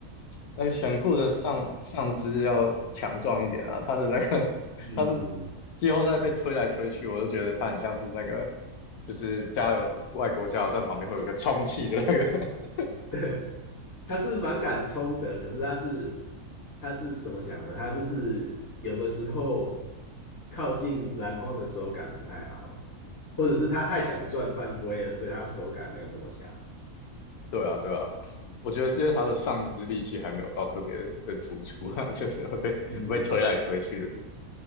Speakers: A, on the left; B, on the left.
A: 那个选固的上上肢要强壮一点啊，他的那个 <laughs>
B: 嗯，
A: 他的季后赛被推来推去，我都觉得他很像是那个就是加油外国加油站旁边会有一个充气的那个。<laughs>
B: <laughs> 他是蛮敢冲的，可是他是他是怎么讲呢？他就是有的时候靠近篮筐的手感不太好，或者是他太想赚犯规了，所以他手感没有那么强。
A: 对啊，对啊，我觉得是因为他的上肢力气还没有到特别的突出啊，<laughs> 就是会被会被推来推去的，
B: 嗯，